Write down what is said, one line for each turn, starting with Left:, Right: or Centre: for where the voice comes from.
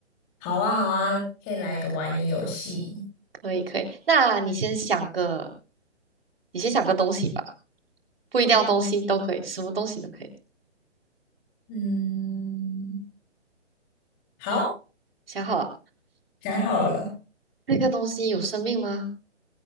Left: 好啊，好啊，可以来一个玩一个游戏。
Right: 可以，可以。那你先想个，你先想个东西吧，不一定要东西都可以，什么东西都可以。
Left: 嗯，好，
Right: 想好了，
Left: 想好了，
Right: 那个东西有生命吗？